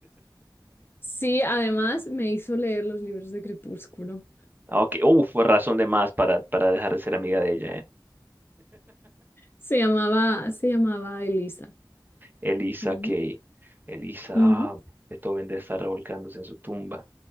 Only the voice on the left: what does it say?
Sí, además me hizo leer los libros de Crepúsculo.
Se llamaba, se llamaba Elisa.
Ujú,
ujú,